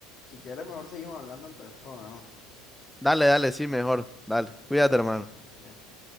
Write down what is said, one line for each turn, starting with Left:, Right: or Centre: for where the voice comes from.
Left: si quieres mejor seguimos hablando en persona, ¿no?
Centre: Dale, dale, sí, mejor. Dale,
Left: Dale,
Centre: cuídate, hermano.
Left: dale, pues. bien.